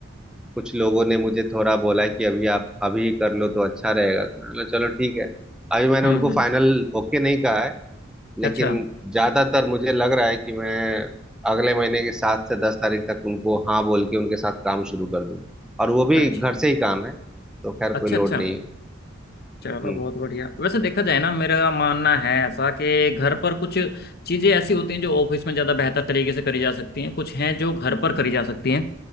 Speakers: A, in the centre; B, on the left.
A: कुछ लोगों ने मुझे थोड़ा बोला कि अभी आप अभी कर लो तो अच्छा रहेगा तो मैंने बोला, चलो ठीक है अभी मैंने
B: हम्म
A: उनको
B: हम्म,
A: फाइनल ओके नहीं कहा है
B: अच्छा
A: लेकिन ज्यादातर मुझे लग रहा है कि मैं अगले महीने की सात से दस तारीख तक उनको हाँ बोल के उनके साथ काम शुरू कर दूं और वो भी
B: अच्छा
A: घर से ही काम है तो खैर
B: अच्छा
A: कोई लोड
B: अच्छा
A: नहीं है
B: चलो
A: हम्म
B: बहुत बढ़िया वैसे देखा जाए ना मेरा मानना है ऐसा कि घर पर कुछ चीजें ऐसी होती हैं जो ऑफिस में ज्यादा बेहतर तरीके से करी जा सकती हैं कुछ हैं जो घर पर करी जा सकती हैं